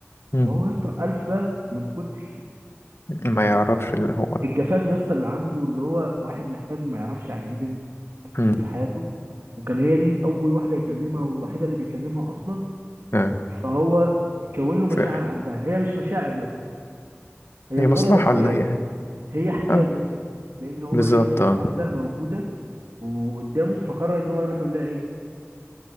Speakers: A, on the left; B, on the right.
A: مم.
B: فهو يا اسطى الفا من كتر
A: ما يعرفش اللي هو
B: الجفاف يا اسطى اللي عنده اللي هو واحد محتاج ما يعرفش يعني ايه بنت تكون
A: مم.
B: في حياته وكان هي دي اول واحده يكلمها والوحيده اللي بيكلمها اصلا
A: آه.
B: فهو كون له مشاعر
A: ف...
B: عندها هي مش مشاعر يا اسطى هي
A: هي
B: مجرد
A: مصلحة
B: احتياج
A: اللي هي يعني.
B: هي احتياج
A: اه
B: يا اسطى لان هو
A: بالظبط
B: ايه شايف
A: اه
B: واحده موجوده وقدامه فقرر ان هو يروح يقول لها ايه